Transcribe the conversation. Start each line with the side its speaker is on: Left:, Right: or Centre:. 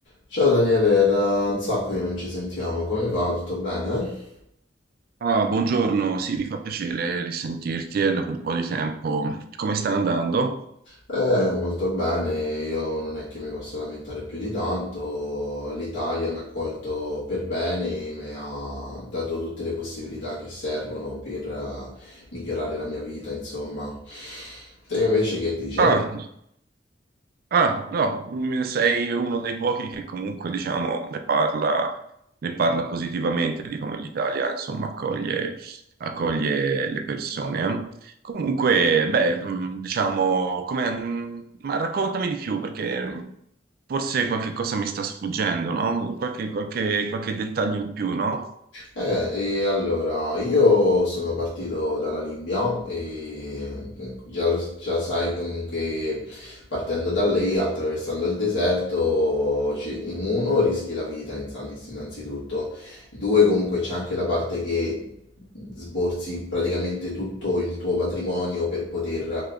Left: Ciao Daniele, da un sacco che non ci sentiamo, come va? Tutto bene?
Right: Ah, buongiorno, sì, mi fa piacere risentirti eh, dopo un po' di tempo. Come sta andando?
Left: Eh, molto bene, io non è che mi posso lamentare più di tanto, l'Italia mi ha accolto per bene, mi ha dato tutte le possibilità che servono per eh, migliorare la mia vita, insomma. Te invece che dice?
Right: Ah, Ah, no, mm, sei uno dei pochi che comunque, diciamo, ne parla, ne parla positivamente di come l'Italia, insomma, accoglie, accoglie le persone. eh. Comunque, beh, mm, diciamo, come, mm, ma raccontami di più, perché forse qualche cosa mi sta sfuggendo, no? Qualche, qualche, qualche dettaglio in più, no?
Left: Eh, e allora, io sono partito dalla Libia e già, lo- già sai com- che partendo da lei, attraversando il deserto, ci- in uno rischi la vita insan- innanzitutto, due comunque c'è anche la parte che sborsi praticamente tutto il tuo patrimonio per poter eh,